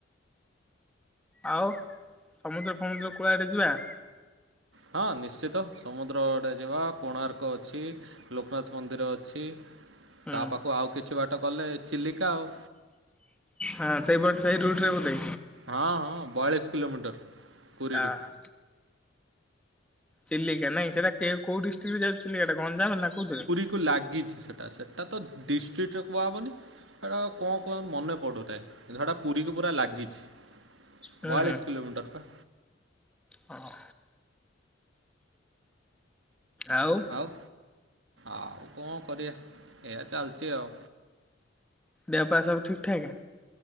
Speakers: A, in the centre; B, on the right (about 70°).
A: ଆଉ ସମୁଦ୍ର ଫମୁଦ୍ର କୂଳା ଆଡେ ଯିବା
B: ହଁ ନିଶ୍ଚିତ ସମୁଦ୍ର ଆଡେ ଯିବା କୋଣାର୍କ ଅଛି ଲୋକନାଥ ମନ୍ଦିର ଅଛି
A: ହୁଁ
B: ତା ପାଖକୁ ଆଉ କିଛି ବାଟ କଲେ ଚିଲିକା ଆଉ
A: ହଁ ସେଇପଟ ସେଇ ରୁଟରେ ବୋଧେ
B: ହଁ ହଁ ବୟାଳିଶ କିଲୋମିଟର ପୁରୀରୁ
A: ଆ ହା ଚିଲିକା ନାଇଁ ସେଇଟା କେଉଁ କୋଉ ଡିଷ୍ଟ୍ର୍ଟରେ ଯାଉ ଚିଲାଟା ଗଞ୍ାମ ନା କଁଥିରେ
B: କୁ ଲାଗିଛି ସେଟା ସେଟା ତ ଡିଷ୍ଟ୍ରିକ୍ଟରେ କୁହାହେବନି ହେଟା କୁ କଣ କୁହନ୍ତି ମନେ ପଡୁଥା ଟା ପୁରୀକୁ ପୁରା ଲାଗିଛି
A: ହୁଁ
B: ବୟାଳିଶ କିଲୋମିଟର ପା
A: ହଁ ଆଉ
B: ଆଉ ଆଉ କଣ କରିବା ଏଆ ଚାଲିଛି ଆଉ
A: ଦେହପା ସବୁ ଠିକ ଠାକ